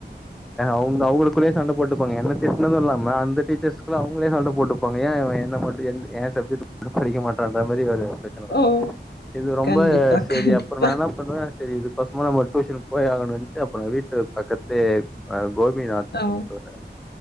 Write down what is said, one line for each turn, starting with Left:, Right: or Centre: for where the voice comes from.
Centre: அவ்ங்க அவ்ங்களுக்குள்ளேயே சண்ட போட்டுப்பாங்க என்ன திட்னதும் இல்லாம அந்த டீச்சர்ஸ்குள்ள அவ்ங்களே சண்ட போட்டுப்பாங்க ஏன் என்ன மட்டும் எந்த என் சப்ஜெட் ஒன்னும் படிக்க மாட்டான்ன்ற மாரி ஒரு ப்ரச்சன வரும்
Left: ஓ
Centre: இது ரொம்ப
Left: கண்டிப்பா
Centre: செரி
Left: கண்டிப்பா
Centre: அப்புறம் நா என்ன பண்ணுவேன் செரி இதுக்கோசமா நம்ம டியூஷன் போய ஆகணுன் ட்டு அப்றம் வீட்டுக் பக்கத்து <unintelligible> கோபிநாத்
Left: ஓ
Centre: என்று ஒருத்தங்க